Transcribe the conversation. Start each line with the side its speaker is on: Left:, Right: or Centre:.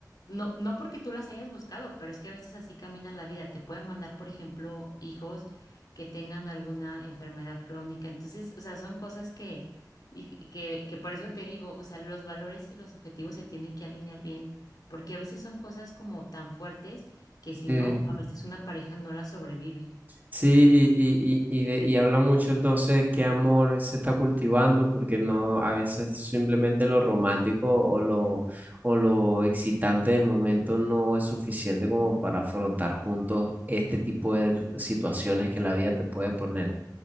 Left: No, no porque tú las hayas buscado, pero es que a veces así camina la vida. Te pueden mandar, por ejemplo, hijos que tengan alguna enfermedad crónica. Entonces, o sea, son cosas que, y- y que, que por eso te digo, o sea, los valores y los objetivos se tienen que alinear bien, porque a veces son cosas como tan fuertes que si
Right: Sí.
Left: no, a veces una pareja no la sobrevive.
Right: Sí, y, y, y, y de- y habla mucho entonces qué amor se está cultivando, porque no, a veces simplemente lo romántico o lo, o lo excitante del momento no es suficiente como para afrontar juntos este tipo de r- situaciones que la vida te puede poner.